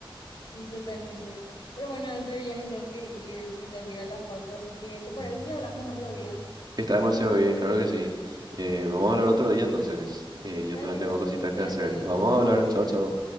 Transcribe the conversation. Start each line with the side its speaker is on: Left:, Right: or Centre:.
Left: Sí, totalmente. Pero bueno, doctor ya me tengo que ir, me tengo que ir a la facu, así que ¿te parece si hablamos otro día?
Right: Está demasiado bien, claro que sí. Eh, vamos a hablar otro día entonces. Eh, yo
Left: Dale,
Right: también tengo
Left: dale,
Right: cositas
Left: cuídate.
Right: que hacer. Vamos a hablar, chao, chao.